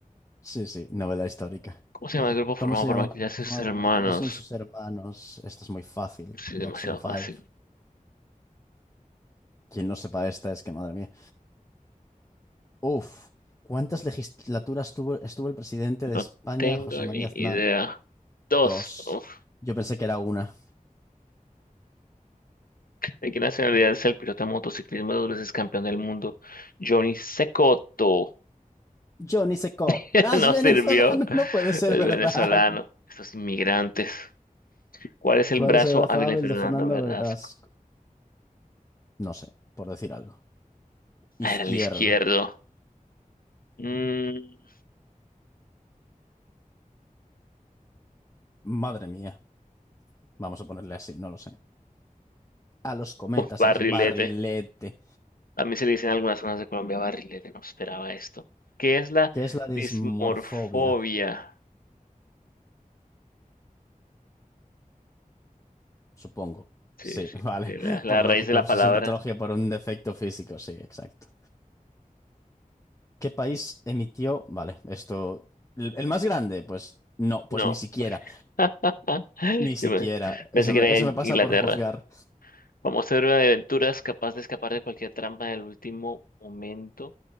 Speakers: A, on the left; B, on the left.
A: Sí, sí, novela histórica.
B: ¿Cómo se llama el grupo formado
A: ¿Cómo se llamaba
B: por Michael
A: el
B: Jackson
A: grupo formado
B: y sus
A: por
B: hermanos?
A: Michael Jackson y sus hermanos? Esto es muy fácil.
B: Sí,
A: Jackson
B: demasiado
A: Five.
B: fácil.
A: Quien no sepa esta es que, madre mía. Uf, ¿cuántas legislaturas tuvo, estuvo el presidente
B: No
A: de España,
B: tengo
A: José María
B: ni
A: Aznar?
B: idea. Dos.
A: Dos.
B: Uf.
A: Yo pensé que era una.
B: ¿De qué nacionalidad es el piloto de motociclismo dos veces campeón del mundo? Johnny Cecotto.
A: Johnny Seco.
B: <laughs>
A: ¡As
B: No
A: venezolano!
B: sirvió.
A: <laughs> No puede ser
B: El
A: verdad.
B: venezolano. Estos inmigrantes. ¿Cuál es
A: ¿Cuál
B: el brazo
A: es el brazo
B: hábil
A: hábil
B: de Fernando
A: de Fernando
B: Verdasco?
A: Verdasco? No sé, por decir algo. Izquierdo.
B: Ah, era el izquierdo. Mm,
A: Madre mía. Vamos a ponerle así, no lo sé. A los cometas,
B: uf, barrilete.
A: ¿sabes? Barrilete.
B: A mí se le dice en algunas zonas de Colombia barrilete. No esperaba esto. ¿Qué es la
A: ¿Qué es la dismorfobia?
B: dismorfobia?
A: Supongo.
B: Sí,
A: Sí,
B: sí.
A: <laughs> vale.
B: de la la
A: Por lógica,
B: raíz de la
A: obsesión
B: palabra.
A: patológica por un defecto físico. Sí, exacto. ¿Qué país emitió? Vale, esto. ¿El el más grande? Pues no, pues
B: No.
A: ni siquiera.
B: <laughs>
A: Ni siquiera.
B: Yo pe- pensé
A: Eso
B: que
A: me,
B: era
A: eso
B: en
A: me pasa
B: Inglaterra.
A: por juzgar.
B: Vamos a ver una de aventuras capaz de escapar de cualquier trampa en el último momento.